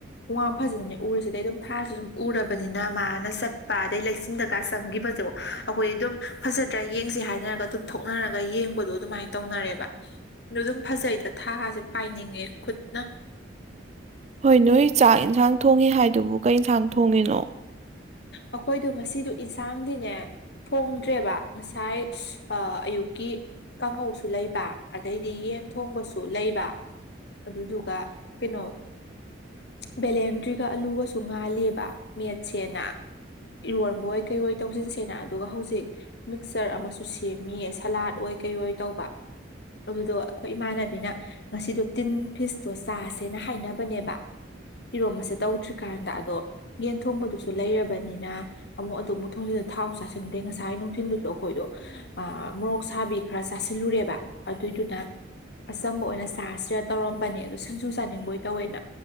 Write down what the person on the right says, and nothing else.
ꯍꯣꯏ ꯅꯣꯏ ꯆꯥꯛ ꯑꯦꯟꯁꯥꯡ ꯊꯣꯡꯉꯤ ꯍꯥꯏꯗꯨꯕꯨ ꯀꯩ ꯏꯟꯁꯥꯡ ꯊꯣꯡꯉꯤꯅꯣ